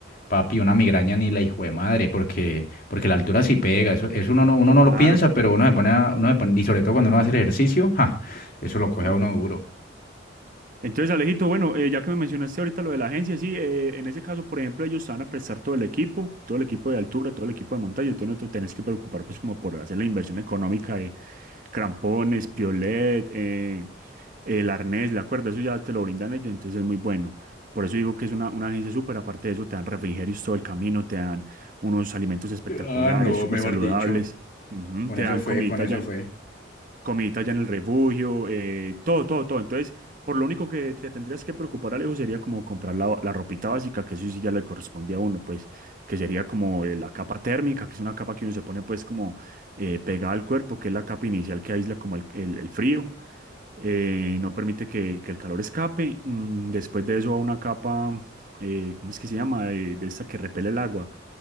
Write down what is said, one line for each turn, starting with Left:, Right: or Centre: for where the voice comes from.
Left: Papi, una migraña ni la hijo de madre, porque, porque la altura sí pega, eso, eso uno no, uno no
Right: claro.
Left: lo piensa, pero uno se pone a- uno se pone, y sobre todo cuando uno va a hacer ejercicio, ja, eso
Right: ujú.
Left: lo coge a uno duro.
Right: Entonces, Alejito, bueno, eh, ya que me mencionaste ahorita lo de la agencia, sí, eh, en ese caso, por ejemplo, ellos te van a prestar todo el equipo, todo el equipo de altura, todo el equipo de montaña, entonces no te tenés que preocupar pues como por hacer la inversión económica de crampones, piolet, eh, el arnés, la cuerda, eso ya te lo brindan ellos, entonces es muy bueno. Por eso digo que es una, una agencia súper, aparte de eso, te dan refrigerios todo el camino, te dan unos alimentos espectaculares,
Left: Ah, no,
Right: súper
Left: mejor
Right: saludables,
Left: dicho.
Right: ujú,
Left: Con
Right: te
Left: eso
Right: dan
Left: fue,
Right: comidita
Left: con eso
Right: ya
Left: fue.
Right: comidita allá en el refugio, eh, todo, todo, todo. Entonces, por lo único que te tendrías que preocupar, Alejo, sería como comprar la, la ropita básica, que eso sí ya le corresponde a uno, pues, que sería como eh, la capa térmica, que es una capa que uno se pone pues como eh, pegada al cuerpo, que es la capa inicial que aísla como el, el- el frío, eh, no permite que, que el calor escape. Mm, después de eso va una capa, eh, ¿cómo es que se llama? Eh, de esta que repele el agua.